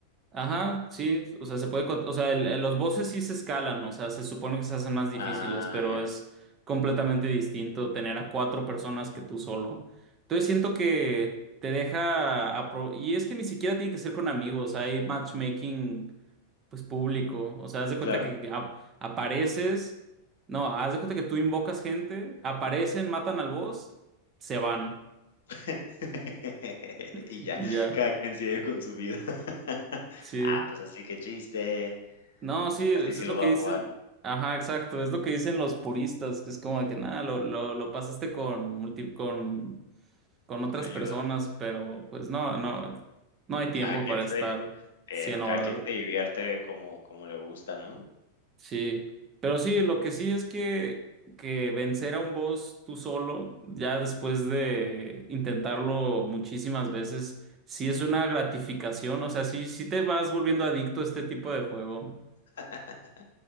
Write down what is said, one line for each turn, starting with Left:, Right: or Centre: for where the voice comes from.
Right: Ajá, sí, o sea, se puede, cont- o sea, el- el- los voces sí se escalan, o sea, se supone que se hacen más difíciles,
Left: Ah,
Right: pero
Left: ya,
Right: es completamente distinto tener a cuatro personas que tú solo. Entonces siento que te deja, apro- y es que ni siquiera tiene que ser con amigos, hay matchmaking, pues público, o sea, haz de
Left: claro.
Right: cuenta que a- apareces, no, haz de cuenta que tú invocas gente, aparecen, matan al boss, se van,
Left: <laughs>
Right: <laughs>
Left: Y ya,
Right: y ya,
Left: cada quien sigue con su vida. <laughs>
Right: sí.
Left: Ah, pues así, que chiste.
Right: No, sí, es
Left: Así sí
Right: es
Left: lo
Right: lo
Left: va
Right: que dicen.
Left: a jugar,
Right: Ajá, exacto, es lo que dicen los puristas, que es como de que nada, lo, lo, lo pasaste con, multi, con, con otras
Left: con ayuda.
Right: personas, pero pues no, no, no hay tiempo
Left: Cada quien
Right: para
Left: se
Right: estar
Left: eh,
Right: 100
Left: no,
Right: horas.
Left: cada quien se divierte como como le gusta, ¿no?
Right: Sí, pero sí, lo que sí es que, que vencer a un boss tú solo, ya después de intentarlo muchísimas veces, sí es
Left: Ujú.
Right: una gratificación, o sea, sí, sí te vas volviendo adicto a este tipo de juego.
Left: <laughs>